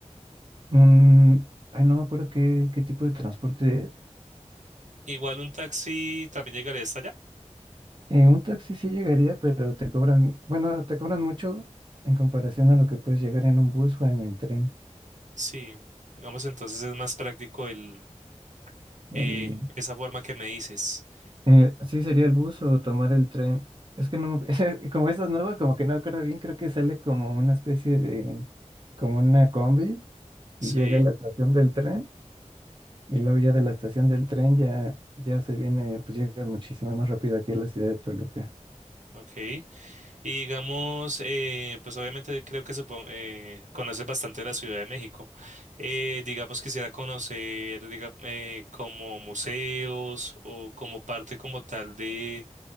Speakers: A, on the right; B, on the right.
A: Un, ay, no me acuerdo qué, qué tipo de transporte es.
B: Igual un taxi también llegaría hasta allá.
A: Eh, un taxi sí llegaría, pero te cobran, bueno, te cobran mucho en comparación a lo que puedes llegar en un bus o en el tren.
B: Sí. Digamos, entonces es más práctico el,
A: El,
B: eh, esa forma que me dices.
A: Eh, sí, sería el bus o tomar el tren. Es que no, me- <laughs> como esta es nueva, como que no me acuerdo bien, creo que sale como una especie de, como una combi y
B: Sí.
A: llega a la estación del tren y luego ya de la estación del tren ya, ya se viene, pues llega muchísimo más rápido aquí a la ciudad de Toluca.
B: Ok. Y digamos, eh, pues obviamente creo que supon- eh, conoces bastante la Ciudad de México. Eh, digamos, quisiera conocer diga- eh, como museos o como parte como tal de,